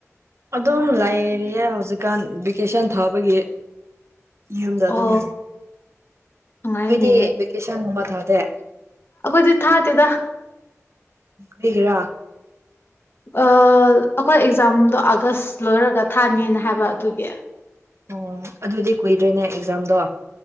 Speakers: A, on the right; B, on the left.
A: ꯑꯗꯨꯝ ꯂꯩꯔꯤꯌꯦ ꯍꯧꯖꯤꯛꯀꯥꯟ ꯚꯦꯀꯦꯁꯟ ꯊꯥꯕꯒꯤ ꯌꯨꯝꯗ
B: ꯑꯣ
A: ꯑꯗꯨꯝ
B: ꯅꯨꯡꯉꯥꯏꯅꯦ
A: ꯅꯣꯏꯗꯤ ꯚꯦꯀꯦꯁꯟꯒꯨꯝꯕ ꯊꯥꯗꯦ
B: ꯑꯈꯣꯏꯗꯤ ꯊꯥꯗꯦꯗ
A: ꯀ꯭ꯔꯤꯒꯤꯔ
B: ꯑ ꯑꯈꯣꯏ ꯑꯦꯛꯖꯥꯝꯗꯣ ꯑꯥꯒꯁ ꯂꯣꯏꯔꯒ ꯊꯥꯅꯤꯅ ꯍꯥꯏꯕ ꯑꯗꯨꯒꯤ
A: ꯑꯣ ꯑꯗꯨꯗꯤ ꯀꯨꯏꯗ꯭ꯔꯦꯅꯦ ꯑꯦꯛꯖꯥꯝꯗꯣ